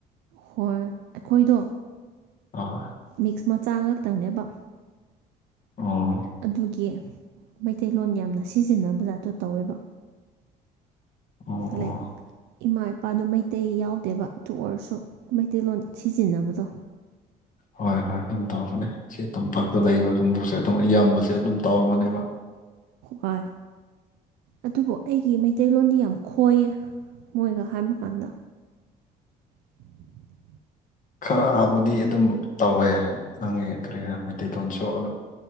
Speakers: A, on the right; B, on the left.
A: ꯍꯣꯏ ꯑꯩꯈꯣꯏꯗꯣ
B: ꯑꯣ
A: ꯃꯤꯛꯁ ꯃꯆꯥ ꯉꯥꯛꯛꯇꯪꯅꯦꯕ
B: ꯑꯣ
A: ꯑꯗꯨꯒꯤ ꯃꯩꯇꯩꯂꯣꯟ ꯌꯥꯝꯅ ꯁꯤꯖꯤꯟꯅ ꯖꯥꯠꯇꯣ ꯇꯧꯋꯦꯕ
B: ꯑꯣ ꯑꯣ
A: ꯂꯥꯏꯛ ꯏꯃꯥ ꯏꯄꯥꯗꯣ ꯃꯩꯇꯩ ꯌꯥꯎꯗꯦꯕ ꯑꯗꯨ ꯑꯣꯏꯔꯁꯨ ꯃꯩꯇꯩꯂꯣꯟ ꯁꯤꯖꯤꯟꯅꯕꯗꯣ
B: ꯍꯣꯏ ꯍꯣꯏ ꯑꯗꯨꯝ ꯇꯧꯔꯕꯅꯦ ꯁꯤ ꯇꯝꯄꯥꯛꯇ ꯂꯩꯕ ꯀꯥꯡꯕꯨꯁꯦ ꯑꯗꯨꯝ ꯑꯌꯥꯝꯕꯁꯦ ꯑꯗꯨꯝ ꯇꯧꯔꯕꯅꯦꯕ
A: ꯍꯏ ꯑꯗꯨꯕꯨ ꯑꯩꯒꯤ ꯃꯩꯇꯩꯂꯣꯟꯗꯤ ꯌꯥꯝ ꯈꯣꯏꯌꯦ ꯃꯣꯏꯒ ꯍꯥꯏꯕ ꯀꯥꯟꯗ <inaudible>
B: ꯈꯔꯕꯨꯗꯤ ꯑꯗꯨꯝ ꯇꯧꯋꯦ ꯅꯪꯒꯤ ꯀꯔꯤꯅ ꯃꯩꯇꯩꯂꯣꯟꯁꯨ ꯑꯗꯨ